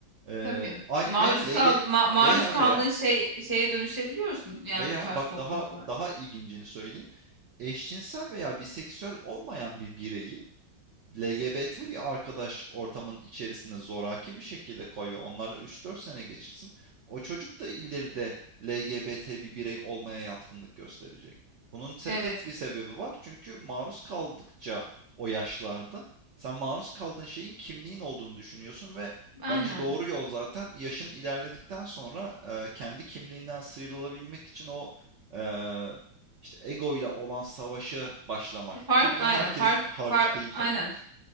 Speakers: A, on the right; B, on the right.
A: Eee,
B: Tabii.
A: ay
B: Maruz
A: veya LG
B: kal ma- maruz
A: veya
B: kaldığın
A: veya
B: şey şeye dönüşebiliyorsun yani
A: veya
B: bu tarz
A: bak
B: topluluklar.
A: daha daha ilgincini söyleyeyim. Eşcinsel veya biseksüel olmayan bir bireyi LGBT bir arkadaş ortamının içerisinde zoraki bir şekilde koy ve onlarla üç dört sene geçirsin. O çocuk da ileride LGBT bir birey olmaya yatkınlık gösterecek. Bunun tek
B: Evet,
A: bir sebebi var. Çünkü maruz kaldıkça o yaşlarda sen maruz kaldığın şeyin kimliğin olduğunu düşünüyorsun ve
B: aynen.
A: bence doğru yol zaten yaşın ilerledikten sonra e, kendi kimliğinden sıyrılabilmek için o e, işte ego ile olan savaşı başlamak
B: Fark
A: ki bu
B: aynen
A: herkesin
B: fark
A: harcı
B: fark
A: değil
B: aynen.
A: tabii.